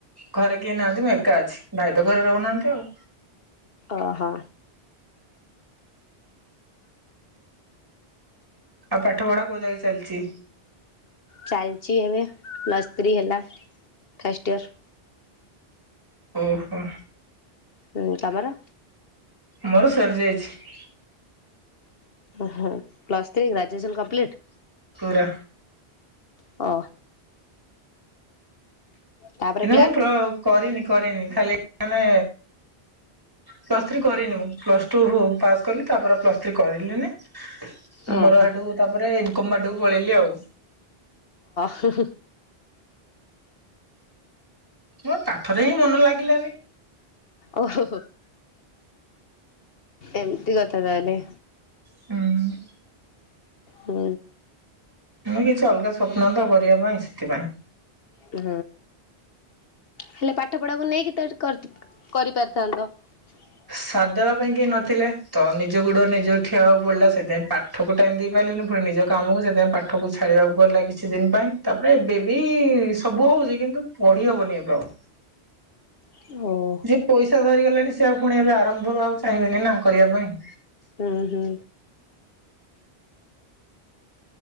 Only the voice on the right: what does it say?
ଘରେ କେହି ନାହାନ୍ତି ମୁଁ ଏକା ଅଛି ଭାଇ ତ ଘରେ ରହୁନାହାନ୍ତି ଆଉ।
ଆଉ ପାଠ ପଢା କୋଉ ଯାଗି ଚାଲିଛି?
ଓହୋ।
ମୋର ସରିଯାଇଛି।
ପୁରା।
କିନ୍ତୁ
ମୁଁ ପ୍ର କରିନି କରିନି ଖାଲି ମାନେ ପ୍ଲସ୍ ଥ୍ରୀ କରିନି ମୁଁ ପ୍ଲସ ଟୁ ପାସ୍ କଲି ତାପରେ ପ୍ଲସ ଥ୍ରୀ କରିଲିନି। ମୋର
ହେଠୁ ତାପରେ ଇନକମ ବାଟକୁ ପଳେଇଲି ଆଉ।
ମୋ ପାଠରେ ହିଁ ମନ ଲାଗିଲାନି।
ହୁଁ।
ମୁ କିଛି ଅଲଗା ସ୍ୱପ୍ନ ତ କରିବା ପାଇଁ ସେଥିପାଇଁ।
ସାଥଦବା ପାଇଁ କେହି ନଥିଲେ ତ ନିଜ ଗୋଡ ନିଜ ଠିଆବାକୁ ପଡିଲା ସେଥିପାଇଁ ପାଠକୁ ଟାଇମ ଦେଇ ପାଇଲିନି ନିଜ କାମକୁ ସେଥିପାଇଁ ପାଠକୁ ଛାଡିବାକୁ ପଡିଲା କିଛି ଦିନ ପାଇଁ ତାପରେ ଏବେ ବି ସବୁ ହଉଚି କିନ୍ତୁ ପଢି ହବନି ଏବେ ଆଉ।
ଯିଏ ପଇସା ଧରିଗଲାଣି ସେ ଆଉ ପୁଣି ଏବେ ଆରମ୍ଭରୁ ଆଉ ଚାହିଁବେନି ନା କରିବା ପାଇଁ।